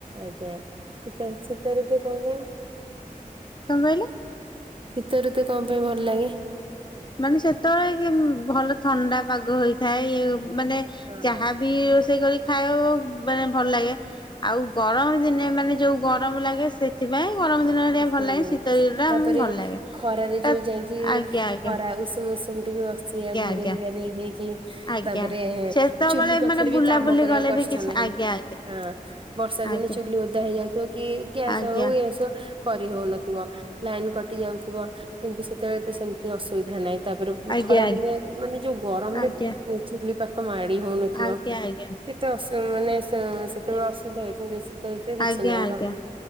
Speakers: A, on the right (about 35°); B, on the left (about 30°).
A: ଆଜ୍ଞା। ଶିତ ଋ ଶିତ ଋତୁ କଣ ପାଇଁ?
B: କଣ କହିଲେ?
A: ଶୀତଋତୁ କଣ ପାଇଁ ଭଲ ଲାଗେ?
B: ମାନେ ସେତେବେଳେ କିମ ଭଲ ଥଣ୍ଡା ପାଗ ହୋଇଥାଏ ଇଉ ମାନେ
A: ହଁ
B: ଯାହା ବି ରୋଷେଇ କରି ଖାଇବୁ ମାନେ ଭଲ ଲାଗେ ଆଉ ଗରମ ଦିନେ ମାନେ ଯୋଉ ଗରମ ଲାଗେ ସେ ସେଥିପାଇଁ ଗରମ ଦିନଟା
A: ହୁଁ
B: ଟିକେ ଭଲ ଲାଗେ। ଶୀତ ଦିନଟା
A: ତାପରେ
B: ଆମକୁ ଭଲ ଲାଗେ।
A: ଖରାରେ ଯୋଉ
B: ଏତ
A: ଯାଇକି
B: ଆଜ୍ଞା ଆ
A: ଖରା ଉଷୁମ ଉଷୁମ ଟିକେ ବସିବା ଘୋରେଇ
B: ଆଜ୍ଞା
A: ଘାରେଇ ହେଇକି।
B: ଆଜ୍ଞା
A: ତାପରେ
B: ସେତେବେଳେ
A: ଚୁଲି ପାଖରେ
B: ମାନେ ବୁଲାବୁଲି
A: ବି କାମ କରିବା
B: ଗଲେ
A: କଷ୍ଟ
B: ବି କିଛି
A: ନାହିଁ
B: ଆଜ୍ଞା
A: ଆ ଆଁ ବର୍ଷା
B: ଆଜ୍ଞା।
A: ଦିନେ ଚୁଲି ଓଦା ହେଇଯାଇଥିବ କି ଗ୍ୟାସ
B: ଆଜ୍ଞା
A: ହଉ <unintelligible> କରି ହଉନଥିବ। ଲାଇନ କଟି ଯାଉଥିବ କିନ୍ତୁ ସେତେବେଳେ ତ ସେମିତି ଅସୁବିଧା ନାହିଁ। ତାପର କୁ
B: ଆଜ୍ଞା
A: ଖରା ଦିନେ ଏ ମାନେ ଯୋଉ ଗରମରେ
B: ଆଜ୍ଞା ଆଜ୍ଞା
A: <unintelligible> ଚୁଲି। ପାଖ ମାଡି ହଉନଥିବ।
B: ଆଜ୍ଞା।
A: କେତେ ଅସ ମାନେ ଅଁ
B: ଆଜ୍ଞା
A: ସେତେବେଳେ
B: ଆଜ୍ଞା
A: ଅସୁବିଧା ହୁଏ। କିନ୍ତୁ ଏଇ ଶୀତ ଋତୁରେ କିଛି
B: ଆଜ୍ଞା
A: ନାହିଁ
B: ଆଜ୍ଞା।
A: ଗ
B: ଆଜ୍ଞା